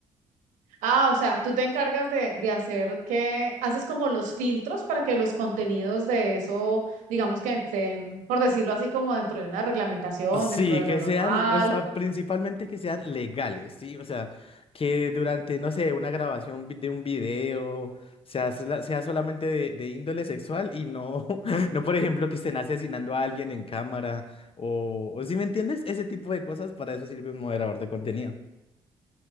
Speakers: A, on the right; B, on the left.
A: ah, o sea, tú te encargas de, de hacer que, haces como los filtros para que los contenidos de eso, digamos que estén, por decirlo así, como dentro de una reglamentación,
B: Sí,
A: dentro de
B: que
A: lo normal.
B: sean, o sea, principalmente que sean legales, ¿sí? O sea, que durante, no sé, una grabación vi- de un video sea, sola- sea solamente de, de índole sexual y no, <laughs> no, por ejemplo, que estén asesinando a alguien en cámara o, o si me entiendes, ese tipo de cosas, para eso sirve un moderador de contenido.